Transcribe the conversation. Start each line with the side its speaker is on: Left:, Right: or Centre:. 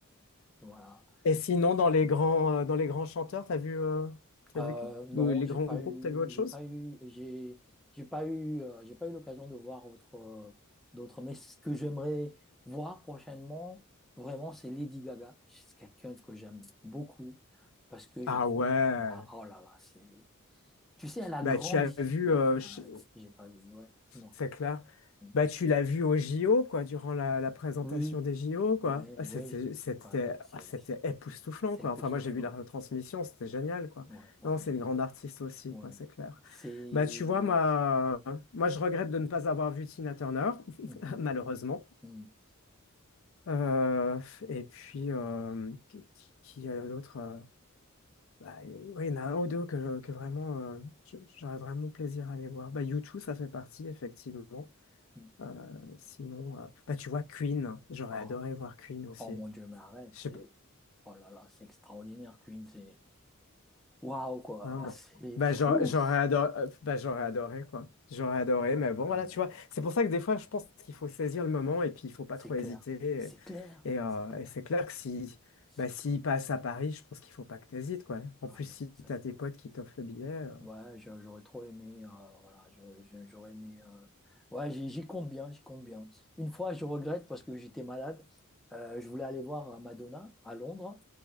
Centre: Voilà.
Left: Et sinon, dans les grands, euh, dans les grands chanteurs, t'as vu, euh, t'as
Centre: Euh,
Left: vu, qui-
Centre: non,
Left: ou les
Centre: j'ai
Left: grands
Centre: pas
Left: groupes,
Centre: eu,
Left: t'as vu autre
Centre: j'ai
Left: chose?
Centre: pas eu, j'ai, j'ai pas eu, euh, j'ai pas eu l'occasion de voir autre, euh, d'autres. Mais ce que j'aimerais voir prochainement, vraiment, c'est Lady Gaga. C'est quelqu'un que j'aime beaucoup parce que je
Left: Ah
Centre: trouve,
Left: ouais.
Centre: waouh, oh là là, c'est, tu sais, elle a
Left: Bah,
Centre: grandi.
Left: tu as vu,
Centre: Ouais,
Left: euh, je-
Centre: ah, j'ai pas vu. Ouais, dis-moi.
Left: C'est clair.
Centre: Mm.
Left: Bah, tu l'as vu au JO, quoi, durant la, la présentation
Centre: Oui,
Left: des JO, quoi.
Centre: ouais,
Left: Ah,
Centre: ouais,
Left: C'était,
Centre: j-
Left: c'était,
Centre: ouais, c'est,
Left: ah, c'était époustouflant,
Centre: c'est
Left: quoi.
Centre: époustouflant.
Left: Enfin, moi, j'ai vu la retransmission, c'était génial, quoi.
Centre: Ouais, ouais,
Left: Non, c'est
Centre: ouais,
Left: une grande artiste aussi,
Centre: ouais.
Left: quoi, c'est clair.
Centre: C'est.
Left: Bah, tu vois, moi, euh, moi, je regrette de ne pas avoir vu Tina Turner,
Centre: <laughs> Mhm,
Left: <laughs> malheureusement.
Centre: mhm,
Left: Euh, et puis, euh, qui, qui qui est l'autre? euh, bah, oui, il y en a un ou deux que, que vraiment, euh, je- j'aurais vraiment plaisir à aller voir. Bah, U2, ça fait partie, effectivement.
Centre: mhm.
Left: Euh, sinon, euh, bah, tu vois, Queen, j'aurais
Centre: Oh.
Left: adoré voir Queen aussi.
Centre: Oh mon Dieu, mais arrête,
Left: Je sais
Centre: c'est...
Left: pas.
Centre: Oh là là, c'est extraordinaire, Queen, c'est... Waouh, quoi,
Left: hein, bah,
Centre: c'est
Left: bah,
Centre: fou!
Left: j'aurais j'aurais adoré, euh, bah, j'aurais adoré, quoi. J'aurais adoré, mais bon,
Centre: Ah
Left: voilà,
Centre: mais,
Left: tu vois. C'est pour ça que des fois, je pense qu'il faut saisir le moment et puis il faut pas
Centre: c'est
Left: trop
Centre: clair,
Left: hésiter.
Centre: c'est clair,
Left: Et, et, euh,
Centre: c'est clair,
Left: et c'est clair que si,
Centre: c'est
Left: bah, s'il
Centre: clair.
Left: passe à Paris, je pense qu'il faut pas que tu hésites, quoi. En
Centre: Ah
Left: plus,
Centre: mais,
Left: si
Centre: ça
Left: tu
Centre: c'est
Left: as tes
Centre: clair.
Left: potes qui t'offrent le billet. euh,
Centre: Ouais, j'a- j'aurais trop aimé, euh, voilà, j'aurais j'a- j'aurais aimé... euh, Ouais, j'y j'y compte bien, j'y compte bien. Une fois, je regrette parce que j'étais malade, Euh, je voulais aller voir euh, Madonna à Londres,